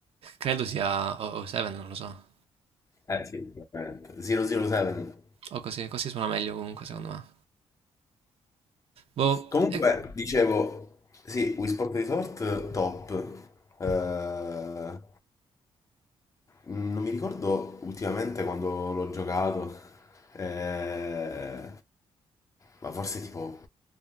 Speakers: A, on the right; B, on the left.
A: Credo sia 007, non lo so.
B: Eh sì, veramente. 007.
A: O così, così suona meglio comunque, secondo me. Boh,
B: Comunque,
A: e-
B: dicevo, sì, Wii Sport Resort top. Eh, Mm, Non mi ricordo ultimamente quando l'ho giocato, eh, ma forse tipo,